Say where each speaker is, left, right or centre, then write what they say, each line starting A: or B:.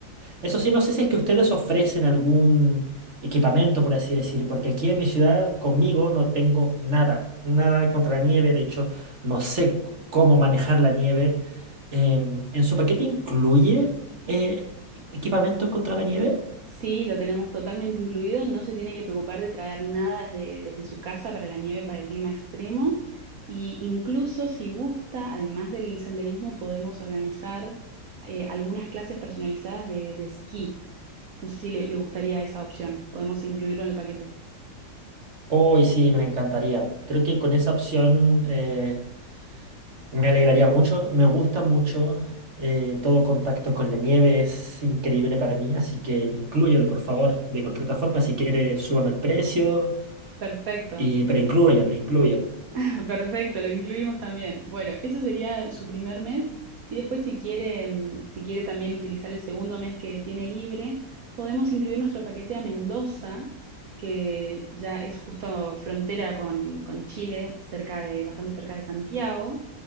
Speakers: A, on the right; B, on the right.
A: Eso sí, no sé si es que ustedes ofrecen algún equipamiento, por así decir, porque aquí en mi ciudad conmigo no tengo nada, nada en contra la nieve, de hecho, no sé cómo manejar la nieve. Em, ¿en su paquete incluye eh, equipamiento contra la nieve?
B: Sí, lo tenemos totalmente incluido, no se tiene que preocupar de traer nada desde, desde su casa para la nieve, para el clima extremo. Y incluso si gusta, además del senderismo, podemos organizar eh, algunas clases personalizadas de, de esquí. No sé si le le gustaría esa opción. Podemos incluirlo en el paquete.
A: Hoy sí, me encantaría. Creo que con esa opción eh, Me alegraría mucho, me gusta mucho. eh, todo contacto con la nieve es increíble para mí, así que inclúyelo, por favor, de cualquier otra forma. Si quieres, súbame el precio,
B: Perfecto.
A: y, pero inclúyalo, inclúyalo.
B: <laughs> Perfecto, lo incluimos también. Bueno, eso sería su primer mes y después si quiere, mm, si quiere también utilizar el segundo mes que tiene libre, podemos incluir nuestro paquete a Mendoza, que ya es justo frontera con, con Chile, cerca de, bastante cerca de Santiago,